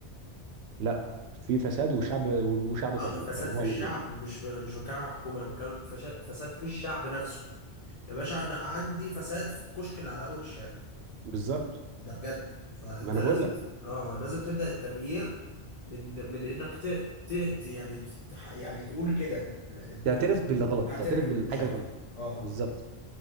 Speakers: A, on the right; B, on the left.
A: لا في فساد وشعب وشعب
B: آه،
A: طيب
B: فساد
A: يعني
B: في
A: هو
B: الشعب
A: الاثنين
B: مش مش بتكلم عن الحكومه أنا بتكلم فشا- فساد في الشعب نفسه يا باشا انا عندي فساد في الكشك اللي على اول الشارع
A: بالظبط
B: ده بجد فانت
A: ما انا
B: لازم
A: بقول لك
B: ت- اه اه لازم تبدا التغيير من من انك ت... ت... ت- يعني تح... يعني تقول كده ل-
A: تعترف باللي غلط
B: تعترف
A: تعترف
B: بالمشاكل
A: بالحاجه الغلط
B: اه
A: بالظبط